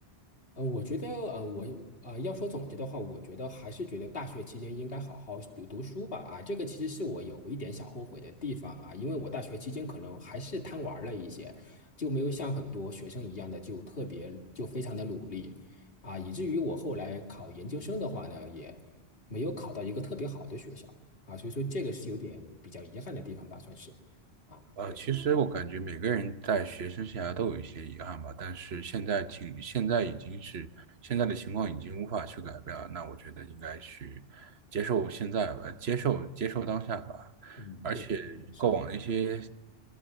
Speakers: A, on the left; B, on the right.
A: 呃，我觉得，嗯，我啊呃，要说总结的话，我觉得还是觉得大学期间应该好好读读书吧。啊，这个其实是我有一点小后悔的地方啊，因为我大学期间可能还是贪玩了一些，就没有像很多学生一样的就特别就非常的努力啊，以至于我后来考研究生的话呢，也没有考到一个特别好的学校啊，所以说这个是有点比较遗憾的地方吧，算是啊，
B: 呃，
A: 对，
B: 其实我感觉每个人在学生生涯都有一些遗憾吧，但是现在情现在已经是现在的情况已经无法去改变了，那我觉得应该去接受现在吧，接受接受当下吧，
A: 嗯，
B: 而且过往的一些
A: 对，是的，是的，